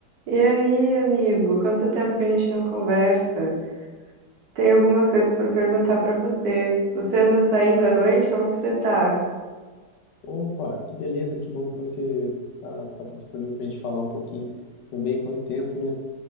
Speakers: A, on the right; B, on the left.
A: E aí, amigo, quanto tempo que a gente não conversa? Tem algumas coisas para perguntar para você. Você anda saindo à noite? Como que você tá?
B: Opa, que beleza, que bom que você tá, tá disponível para a gente falar um pouquinho também, quanto tempo, né?